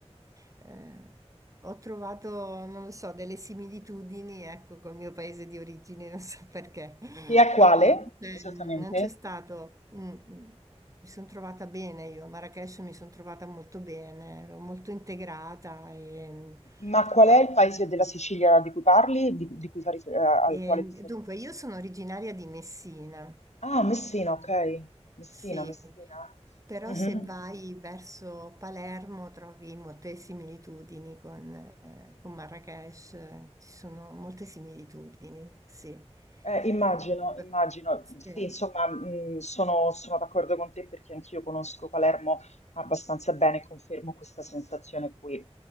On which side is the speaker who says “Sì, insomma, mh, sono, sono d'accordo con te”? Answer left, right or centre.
Left